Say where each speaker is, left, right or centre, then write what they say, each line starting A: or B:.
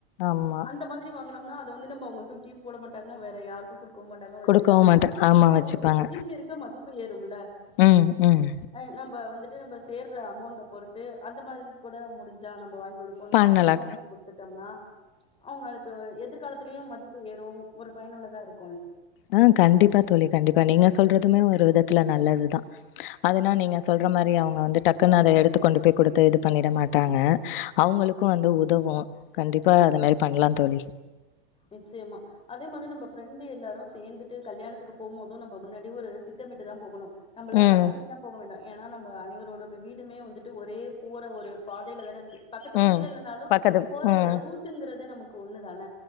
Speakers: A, on the left (about 65°); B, on the left (about 20°).
A: ஆமா
B: அந்த மாதிரி வாங் குனம்னா அத வந்து நம்ம அவுங்க தூக்கியு போட மாட்டாங்க வேற யாருக்கு குடுக் கவு மாட்டாங்க வச்சிப்பாங்க
A: குடுக்கவு மாட்ட ஆமா
B: அவுங்களுக்கு
A: வச்சுப்பாங்க
B: இருக்க இருக்க மதிப்பு ஏறுமுல்ல
A: ம் ம்
B: ஆ நம்ப வந்துட் நம்ப சேர்ற அமௌண்ட பொறுத்து அந்த மாதிரி கூட முடிஞ்சா நம்ப வாங்கி கொடுப்போ
A: பண்ணலா
B: நாணயமா வந்து கொடுத்துட்டோம்னா அவுங்களுக்கு எதிர்காலத்திலயு மதிப்பு ஏறு ஒரு பயனுள்ளதா இருக்கு
A: ஆ கண்டிப்பா தோழி கண்டிப்பா நீங்க சொல்றதுமே ஒரு விதத் துல நல்லதுதா அதுனா நீங்க சொல்ற மாரி அவங்க வந்து டக்குன்னு அத எடுத்து கொண்டு போய் குடுத்து இது பண்ணிட மாட் டாங்க அவுங்களுக்கு வந்து உதவு கண்டிப்பா அத மாரி பண்ணலா தோழி
B: நிச்சயமா அதே மாதிரி நம்ப ஃப்ரெண்டு எல்லாரு சேந்துட்டு கல்யாணத்துக்கு போம் போது நம்ம முன்னாடி ஒரு திட்ட திட்டமிட்டுதா போகணு நம்பளா
A: ம்
B: தனித்தனியா போக வேண்டா ஏன்னா நம்ம அனைவரோட வீடுமே வந்துட்டு ஒரே போற ஒரு பாதேல தான பக்கத்து பக்கத்துல
A: ம்
B: இல்லனாலு
A: பக்கத்து
B: போற
A: ம்
B: ரூட்டுங்கிறது நமக்கு ஒண்ணுதான